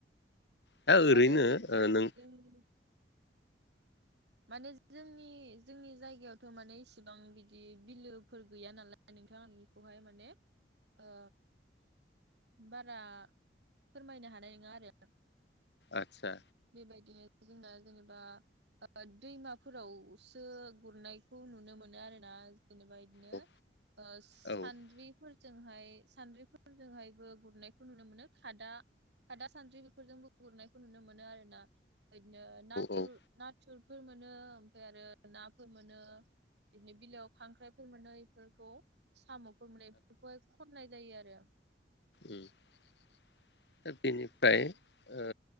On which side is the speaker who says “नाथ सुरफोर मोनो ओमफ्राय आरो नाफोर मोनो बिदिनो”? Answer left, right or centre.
Right